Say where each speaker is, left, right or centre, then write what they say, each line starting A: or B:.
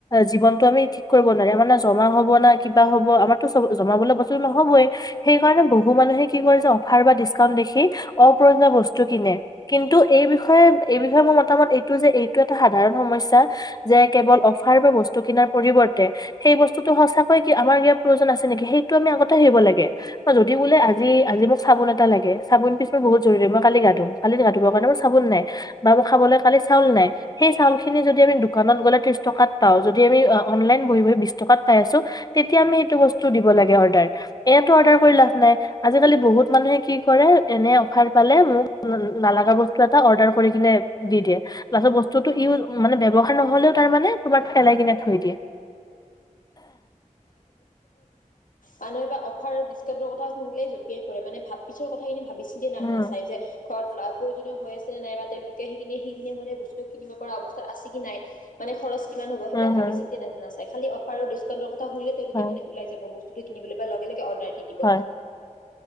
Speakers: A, on the left (about 30°); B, on the left (about 75°).
A: জীৱনটো আমি ঠিক কৰিব নোৱাৰি। মানে জমা হব না কিবা হব আমাৰতো চব জমাবলৈ বস্তু নহবয়ে। সেইকাৰণে বহু মানুহে কি কৰে অফাৰ বা ডিছকাউণ্ট দেখি অপ্ৰয়োজনীয় বস্তু কিনে। কিন্তু এই বিষয়ে এই বিষয়ে মোৰ মতামত এইটো যে এইটো এটা সাধাৰণ সমস্যা। যে কেৱল অফাৰ বা বস্তু কিনাৰ পৰিৱৰ্তে সেই বস্তুটো সঁচাকৈ কি আমাৰ ইয়াৰ প্ৰয়োজন আছিল সেইটো আমি আগতে হ আহিব লাগে যদি বোলে আজি আজি মোক চাবোন এটা লাগে চাবোন পিছ মই বহুত জৰুৰী মই কালি গা ধোম কালি গাুবৰ কাৰণে মোৰ চাল নাই বা মোৰ খাবলৈ কালি চাউল নাই সেই চাউল খিনি যদি আমি ঘনট গলে টিছ টকাত পাওঁ যদি আমি অনলাইন বহি বহি বিছ টকাত পাই আছো তেতিয়া আমি সেই টো বস্ত লাগে অৰ্ডাৰ এইটো অৰ্ডাৰ কৰিলে লাভ নাই, আজি কালি বহু মানুহে কি কৰে এনে অফাৰ পালে নালাগা বস্ত এটা অৰ্ডাৰ কিনে দি দিয়ে তাৰ পাছত বস্তুটো ইউ মানে ব্যৱহাৰ নহ'লেও তাৰ মানে তোমাৰ ফেলাই কিনি থৈ দিয়ে
B: মানহবা অফাৰ বিস্কাটৰ কথািলে জপিয়াই পৰে মানে ভাত পিছৰ কথাখিনি ভাবি চিন্তা নানা
A: উম,
B: চাই যে ঘৰত প্ৰয়োজনীয় হৈ আছে নে নাই বা তেওঁলোকে সি কিনে হেই কিনে মানে বসু কিনিব অৱস্থাত আছে কি নাই মানে খৰচ কিমান হ'ব সেইবাক
A: উম,
B: ভাব
A: হুম,
B: চিন্ত নাচাই অফাৰ আৰু শুলে তেওলোকে
A: হয়,
B: মানে ওলাই যাব বস্তটো কিনিবলৈ বা লগে লগে অৰ্ডাৰ ব
A: হয়,